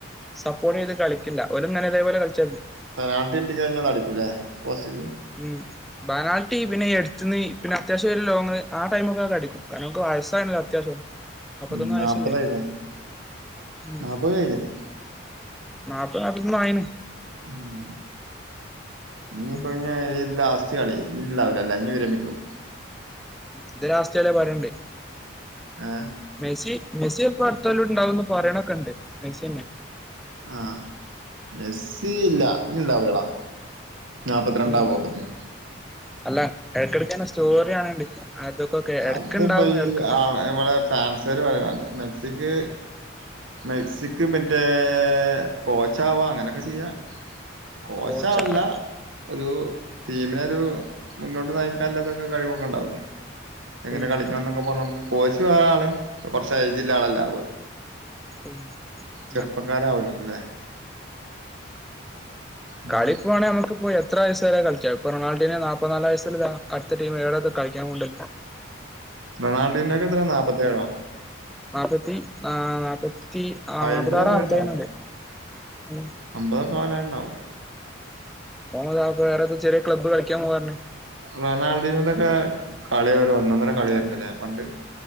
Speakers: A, in the centre; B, on the right (about 80°).
A: സപ്പോർട്ട് ചെയ്ത് കളിക്കില്ല ഓര് ഇങ്ങനെ ഇതേപോലെ കളിച്ചാൽ
B: പെനാൽറ്റി കിട്ടി കഴിഞ്ഞാൽ അടിക്കൂല്ലേ പോസ്റ്റിക്ക്
A: ഉം ബനാൽറ്റി പിന്നെ എടുത്തുന്ന് പിന്നെ അത്യാവശ്യം ഒരു ലോങ് ആ ടൈമൊക്ക അങ്ങോട്ട് അടിക്കും കാരണം ഓന്ക്ക് വയസ്സായല്ലോ അത്യാവശ്യം നാപ്പത്തൊന്ന്
B: ഉം
A: വയസ്സല്ലേ
B: നാല്പത് ആയിനു
A: ഉം
B: നാൽപത് കഴിഞ്ഞില്ലേ
A: നാപ്പത് നാൽപ്പതൊന്ന് ആയിണ്
B: ഉം ഇനിയിപ്പോ
A: ഉം
B: ഇന്നീ ഈ ലാസ്റ്റ് കളി ഇണ്ടാവൂല ഇല്ലേ ഇനി കേറിയാൽ നിക്കും
A: ഇത് ലാസ്റ്റ് വരെ പറയ്ണ്ടെ
B: ആഹ്
A: മെസ്സി മെസ്സി ഇപ്പൊ അടുത്തലുണ്ടാവുന്ന് പറയണക്കെ ഉണ്ട് മെസ്സി തന്നെയാ
B: ആ മെസ്സി ഇല്ല ഇനി ഇണ്ടാവൂലടാ നാല്പ്പത്തി രണ്ടാവും
A: ഉം
B: ഒപ്പത്തിന്
A: അല്ല ഇടക്ക് ഇടക്ക് ഇങ്ങനെ സ്റ്റോറി ആണെണ്ട് അതൊക്കെ ഒക്കെ എടക്കിണ്ടാവും
B: അത് ഇപ്പ ഈ
A: എടക്ക്-
B: ഇവിടെ ഫാൻസാര് പറയൊണ്ട് മെക്സിക്ക്- മെക്സിക് മറ്റേ കോച്ചാവാം അങ്ങനെക്കെ ചെയ്യാം കോച്ചാവല്ല
A: കോച്ചാണോ
B: ഒരു ടിമിന് ഒരു മുന്നോട്ട് നയിക്കാനുള്ളതു കഴിവൊക്കെ ഉണ്ടാവല്ലോ എങ്ങനെ
A: ഉം
B: കളിക്കണം എന്നൊക്കെ പറഞ്ഞൊട്ക്ക് കോച്ച് വേറെ ആള് കൊറച്ച് ഏജ് ഉള്ള ആള് അല്ലേആവുളേ
A: ഉം <inaudible>
B: ചെറുപ്പക്കാല് ആവുല്ല്ലേ ഉം
A: കളി പോണേ നമുക്ക് പോയത് എത്ര വയസ്സ്‌വരെ കളിക്കാ ഇപ്പോ റൊണാൾടെന് നാപ്പ്നാല് വയസ്സുളളില് അടുത്തടീം ഏഴത് കളിക്കാൻ കൊണ്ടല്ലോ
B: റൊണാൾടിന് ഇപ്പെത്ര നാപ്പത്തേഴോ
A: നാല്പ്പത്തി ആഹ് നാല്പ്പത്തി ആഹ്
B: അയ്മ്പതൊക്കെ
A: നാല്പ്പത്തി ആറ് നാപ്പത്തി
B: ഉണ്ടാവും
A: ഏഴന്ന്ണ്ട് ഉം
B: അമ്പതൊക്കെ വേണേലിണ്ടാവും
A: ആഹ് ഒരാൾക്ക് വേറൊതു ചെറിയ ക്ലബ്ബ് കളിക്കാൻ മൂവാരുന്നു
B: റൊണാൾടെന്ന് ഇതക്കെ കളിയൊരു ഒന്നൊന്നര കളിയായിരുന്നല്ലേ പണ്ട്